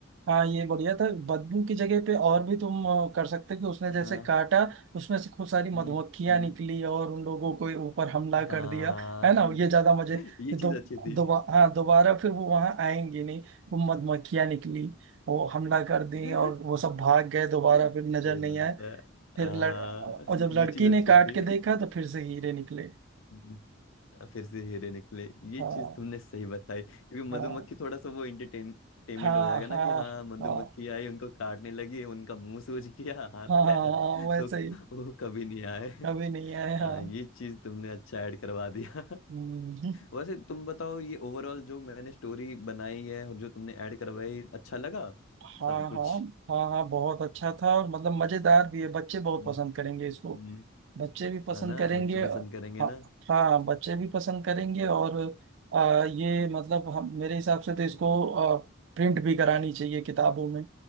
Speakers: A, on the right; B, on the left.
A: हाँ ये बढ़िया था बदबू की जगह पे और भी तुम अ, कर सकते हो कि उसने जैसे
B: हाँ
A: काटा उसमें से खूब सारी
B: हम्म
A: मधुमक्खियां
B: हम्म
A: निकली और उन लोगों को ऊपर हमला
B: हाँ
A: कर दिया है
B: ये,
A: ना ये ज्यादा मजे ये
B: ये चीज
A: दो
B: अच्छी थी
A: दोबा, हाँ दोबारा फिर वो वहां आएंगे नहीं वो मधुमक्खियां निकली वो हमला कर दी
B: <laughs>
A: और वो सब भाग गए दोबारा
B: सही
A: फिर नजर नहीं
B: बात
A: आए
B: है आ,
A: फिर लड़ और जब
B: ये
A: लड़की
B: चीज
A: ने
B: अच्छी
A: काट
B: थी
A: के देखा तो फिर से हीरे निकले
B: हम्म, आ, फिर से हीरे निकले ये
A: हाँ
B: चीज तुमने सही बताई क्योंकि मधुमक्खी
A: हाँ
B: थोड़ा सा वो एंटरटेनमेंट
A: हाँ
B: हो जाएगा ना
A: हाँ
B: कि हाँ मधुमक्खी
A: हाँ
B: आई उनको काटने लगी उनका मुंह सूज <laughs> गया हाथ
A: हाँ हाँ
B: पैर
A: हाँ, वैसे
B: तो
A: ही
B: वो कभी नहीं आए
A: कभी नहीं आए
B: आ,
A: हाँ
B: ये चीज तुमने अच्छा ऐड करवा दिया
A: हम्म।
B: वैसे तुम बताओ ये ओवरऑल जो मैंने स्टोरी बनाई है और जो तुमने ऐड करवाई अच्छा लगा
A: हाँ
B: सारा कुछ
A: हाँ हाँ हाँ बहुत अच्छा था और मतलब मजेदार भी है बच्चे बहुत
B: हम्म,
A: पसंद करेंगे इसको
B: हम्म,
A: बच्चे भी पसंद
B: है ना
A: करेंगे
B: बच्चे पसंद
A: हाँ
B: करेंगे ना
A: हाँ बच्चे भी पसंद करेंगे और आ, ये मतलब हम मेरे हिसाब से तो इसको आ, प्रिंट भी करानी चाहिए किताबों में